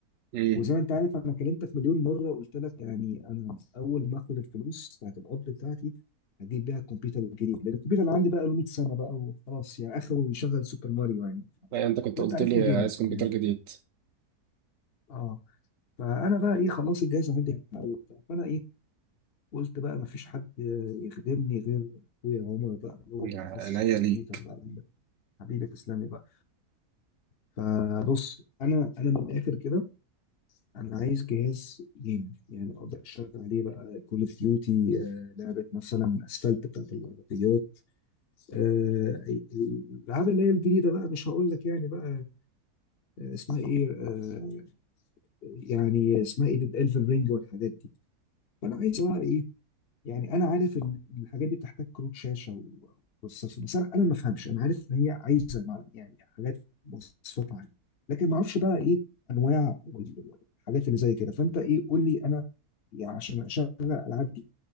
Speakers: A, on the right; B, on the left.
A: امم
B: وزي ما انت عارف انا كلمتك مليون مره قلت لك يعني انا اول ما اخد الفلوس بتاعت القبض بتاعتي هجيب بيها الكمبيوتر الجديد لان الكمبيوتر اللي عندي بقى له 100 سنه بقى وخلاص يعني اخره يشغل سوبر ماريو يعني
A: أي انت كنت
B: وانت
A: قلت
B: عارفني
A: لي
B: جيمر
A: عايز كمبيوتر
B: يعني
A: جديد
B: اه فانا بقى ايه خلاص الجهاز عندي قوي وبتاع فانا ايه قلت بقى مفيش حد يخدمني غير اخويا عمر بقى اللي هو
A: يعني
B: متخصص
A: عينيا
B: في
A: ليك
B: الكمبيوتر بقى حبيبي تسلمي بقى فبص انا انا من الاخر كده انا عايز جهاز جيمنج يعني اقدر اشتغل عليه بقى كول اوف ديوتي لعبه مثلا اسفلت بتاعت العربيات آه، الالعاب اللي هي الجديده بقى مش هقول لك يعني بقى آه، اسمها ايه آه، يعني اسمها ايه الفن رينج والحاجات دي فانا عايز بقى ايه يعني انا عارف ان الحاجات دي بتحتاج كروت شاشه و- وبروسيسور بس انا انا ما افهمش انا عارف ان هي عايزه مع- يعني حاجات مواصفات عاليه لكن ما اعرفش بقى ايه انواع وال- والحاجات اللي زي كده فانت ايه قول لي انا يعني عشان اشغل الالعاب دي